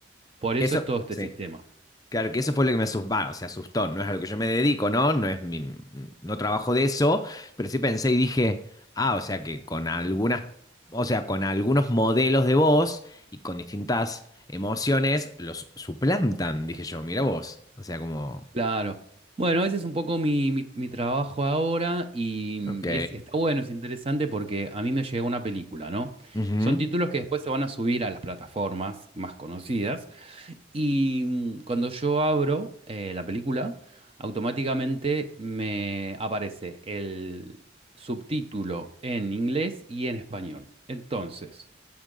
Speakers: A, on the right (about 30°); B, on the left (about 20°).
A: Por eso
B: Eso,
A: es todo este
B: sí.
A: sistema.
B: Claro que eso fue lo que me asustó, o sea, asustó, no es a lo que yo me dedico, ¿no? No es mi, no trabajo de eso, pero sí pensé y dije, ah, o sea que con algunas, o sea, con algunos modelos de voz y con distintas emociones los suplantan, dije yo, mira vos, o sea, como,
A: Claro. Bueno, ese es un poco mi, mi- mi trabajo ahora y,
B: ok,
A: y es- está bueno, es interesante porque a mí me llegó una película, ¿no?
B: ujú,
A: Son títulos que después se van a subir a las plataformas más conocidas y mm, cuando yo abro eh, la película, automáticamente me aparece el subtítulo en inglés y en español. Entonces...